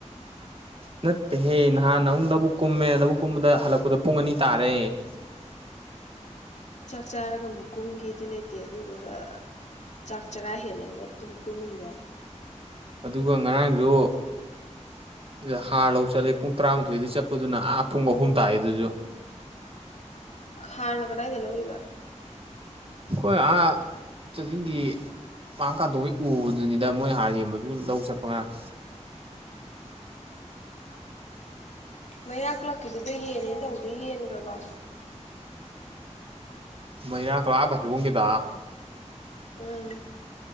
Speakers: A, on the right; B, on the left.
A: ꯅꯠꯇꯦꯍꯦ ꯅꯍꯥꯟ ꯑꯃꯨꯛ ꯂꯧꯕꯨꯛ ꯀꯨꯝꯃꯦ ꯂꯧꯕꯨꯛ ꯀꯨꯝꯕꯗ ꯍꯜꯂꯛꯄꯗ ꯄꯨꯡ ꯑꯅꯤ ꯇꯥꯔꯦ <inaudible>
B: ꯆꯥꯛ ꯆꯥꯔꯒ ꯑꯃꯨꯛ ꯀꯨꯝꯒꯤꯗꯤ ꯂꯩꯇꯦ ꯑꯗꯨꯗꯨꯒ ꯆꯥꯛ ꯆꯔꯥ ꯍꯦꯜꯂꯒ ꯇꯨꯝ ꯀꯨꯝꯃꯤꯕ
A: ꯑꯗꯨꯒ ꯉꯔꯥꯡꯗꯨ ꯗ ꯍꯥꯔ ꯂꯧ ꯆꯠꯂꯦ ꯄꯨꯡ ꯇꯔꯥꯃꯥꯊꯣꯏꯗ ꯆꯠꯄꯗꯨꯅ ꯑꯥ ꯄꯨꯡ ꯑꯍꯨꯝ ꯇꯥꯛꯑꯦ ꯑꯗꯨꯁꯨ
B: ꯍꯥꯔꯅ ꯀꯗꯥꯏꯗ ꯂꯧ ꯑꯣꯏꯕ
A: ꯑꯩꯈꯣꯏ ꯑꯍꯥꯛ ꯆꯗꯤꯤꯡꯒꯤ ꯄꯝꯀꯥꯟꯗꯩ ꯎꯕꯗꯨꯅꯤꯗ ꯃꯣꯏꯅ ꯍꯥꯟꯅ ꯌꯦꯡꯕꯗꯨ ꯑꯗꯨ ꯂꯧ ꯆꯠꯄ ꯉꯥꯡ
B: ꯃꯩꯔꯥꯛꯂꯛꯀꯤꯗꯨꯗ ꯌꯦꯟꯅꯦ ꯇꯧꯗ ꯌꯦꯟꯈ꯭ꯔꯕ
A: ꯃꯅꯥ ꯀ ꯂꯥꯕꯁꯤ ꯍꯣꯡꯒꯗ
B: ꯎꯝ